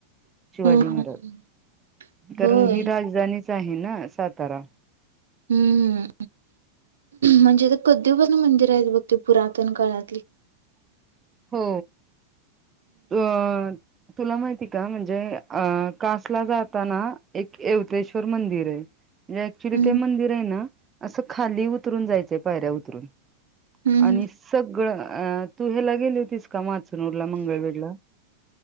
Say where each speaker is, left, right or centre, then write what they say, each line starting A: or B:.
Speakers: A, on the right; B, on the right.
A: शिवाजी
B: हम्म हम्म.
A: महाराज कारण
B: होय.
A: ही राजधानी चा आहे ना सातारा
B: हम्मम म्हणजे तिथं <unintelligible> मंदिर <unintelligible> बघ ते पुरातन काळात <inaudible>
A: हो <unintelligible> तुला माहितीय का म्हणजे अ कासला जाताना एक येवतेश्वर मंदिर आहे म्हणजे ऍक्च्युली
B: हम्म
A: ते मंदिर आहे ना. असं खाली उतरून जायचंय पायऱ्या उतरून.
B: हम्म
A: आणि
B: हम्म.
A: सगळं. अ तू हिला गेली होतीस का माचनूरला मंगळवेड ला हिला.